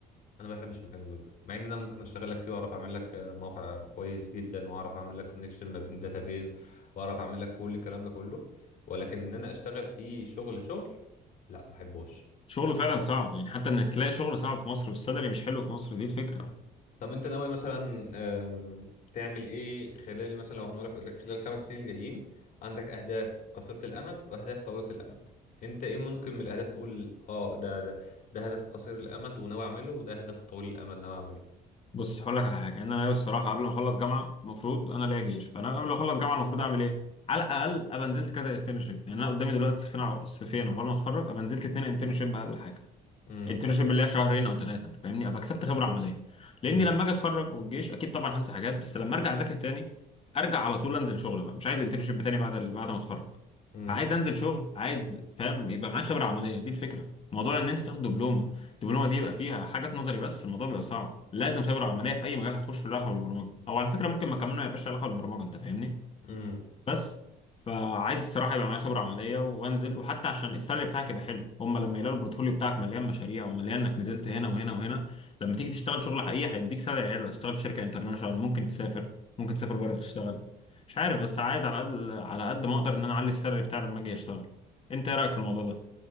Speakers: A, on the left; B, on the left.
A: انا ما بحبش مكان الويب مع ان انا ممكن اشتغل لك فيه واعرف اعمل لك آه، موقع كويس جدا واعرف اعمل لك كونكشن ما بين داتابيز واعرف اعمل لك كل الكلام ده كله ولكن ان انا اشتغل فيه شغل شغل لا ما احبوش
B: شغله فعلا صعب يعني حتى انك تلاقي شغل صعب في مصر والسالري مش حلو في مصر دي الفكره
A: طب انت ناوي مثلا آم، تعمل ايه خلال مثلا لو هنقولك خلال خمس سنين الجايين عندك اهداف قصيرة الامد واهداف طويلة الامد انت ايه ممكن من الاهداف تقول اه ده ده ده هدف قصير الامد وناوي اعمله وده هدف طويل الامد ناوي اعمله
B: بص هقول لك على حاجه ان انا الصراحه قبل ما اخلص جامعه المفروض انا ليا جيش فانا قبل ما اخلص جامعه المفروض اعمل ايه على الاقل ابقى نزلت كذا انترنشيب يعني انا قدامي دلوقتي صفين صفين عقبال ما اتخرج ابقى نزلت اتنين انترنشيب اقل حاجه
A: امم
B: انترنشيب اللي هي شهرين او ثلاثه انت فاهمني ابقى كسبت خبره عمليه لاني
A: امم
B: لما اجي اتخرج والجيش اكيد طبعا هنسى حاجات بس لما ارجع اذاكر تاني ارجع على طول انزل شغل بقى مش عايز انترنشيب تاني بعد ال- بعد ما اتخرج
A: امم
B: فعايز انزل شغل عايز فاهم يبقى معايا خبره عمليه دي الفكره موضوع ان انت تاخد دبلومه الدبلومه دي يبقى فيها حاجات نظري بس الموضوع بيبقى صعب لازم خبره عمليه في اي مجال هتخش في علاقه بالبرمجه او على فكره ممكن ما كمان ما يبقاش لها علاقه بالبرمجه انت فاهمني
A: امم
B: بس فعايز الصراحه يبقى معايا خبره عمليه وانزل وحتى عشان السالري بتاعك يبقى حلو هم لما يلاقوا البورتفوليو بتاعك مليان مشاريع ومليان انك نزلت هنا وهنا وهنا لما تيجي تشتغل شغل حقيقي هيديك سالري حلو هتشتغل في شركه انترناشونال ممكن تسافر ممكن تسافر بره تشتغل مش عارف بس عايز على قد على قد ما اقدر ان انا اعلي السالري بتاعي لما اجي اشتغل انت ايه رايك في الموضوع ده